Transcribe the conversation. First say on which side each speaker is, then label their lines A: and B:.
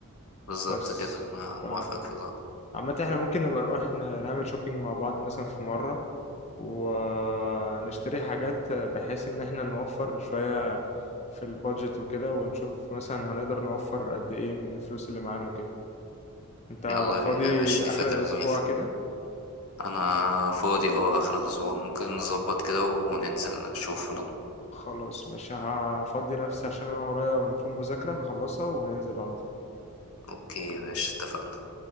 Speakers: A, on the left; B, on the left.
A: بالظبط
B: بس
A: كده أنا
B: ف
A: موافقك في ده
B: عامة احنا ممكن نبقى نروح ن- نعمل شوبينج مع بعض مثلا في مرة ونشتري حاجات بحيث ان احنا نوفر شوية في البادجت وكده ونشوف مثلا هنقدر نوفر قد ايه من الفلوس اللي معانا وكده انت
A: يلا
B: فاضي
A: بينا يا باشا دي
B: اخر
A: فكرة
B: الاسبوع
A: جميلة
B: كده
A: أنا فاضي أهو آخر الأسبوع ممكن نظبط كده وننزل نشوف هدوم
B: خلاص ماشي هفضي نفسي عشان انا ورايا المفروض مذاكرة هخلصها وننزل على طول
A: أوكي يا باشا اتفقنا